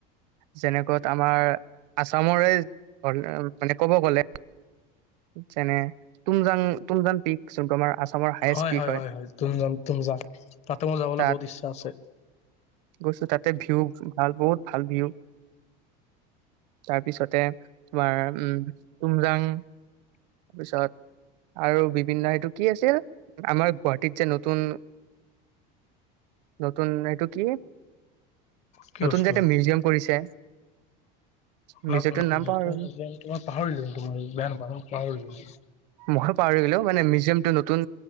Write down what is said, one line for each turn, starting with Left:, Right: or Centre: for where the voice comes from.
Right: যেনেকত আমাৰ আছামৰে ধৰ মানে ক'ব গ'লে। যেনে তুমজাং তুমজাং পিক জোনটো আমাৰ। আছামৰ হায়েষ্ট
Left: হয়,
Right: পিক
Left: হয়, হয়, হয় তুমজাং, তুমজাং তাতে মোৰ যাবলৈ
Right: তাত
Left: বহুত ইচ্ছা আছে।
Right: গৈছো তাতে ভিউ ভাল বহুত ভাল ভিউ তাৰপিছতে তোমাৰ উম তুমজাং পিছত আৰু বিভিন্ন এইটো কি আছিল আমাৰ গুৱাহাটীত যে নতুন নতুন এইটো কি
Left: কি
Right: নতুন
Left: বস্তু
Right: যে এটা মিউজিয়াম কৰিছে? মিউজিয়ামটোৰ
Left: নতুন মিউজিয়াম
Right: নাম পাহৰিলো
Left: তোমাৰ পাহৰিলো কিন্তু ময়ো বেয়া নাপাবা পাহৰিল
Right: ময়ো পাহৰি গ'লো মানে মিউজিয়ামটো নতুন